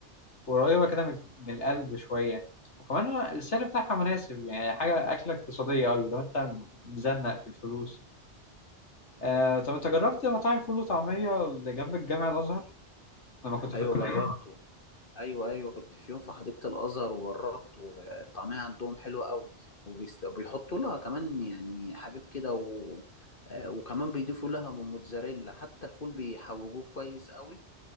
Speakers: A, on the left (about 85°); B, on the left (about 50°).
A: قريبة كده من من القلب شوية وكمان السعر بتاعها مناسب يعني حاجة أكلة اقتصادية أوي لو أنت مزنق في الفلوس آه طب أنت جربت مطاعم فول وطعمية اللي جنب الجامع الأزهر لما كنت في
B: ايوه
A: الكلية؟
B: جربته ايوه ايوه كنت في يوم في حديقه الازهر وجربت والطعميه عندهم حلوه قوي وبيست- وبيحطوا لها كمان يعني حاجات كده و... آه، وكمان بيضيفوا لها من موتزاريلا حتى الفول بيحوجوه كويس قوي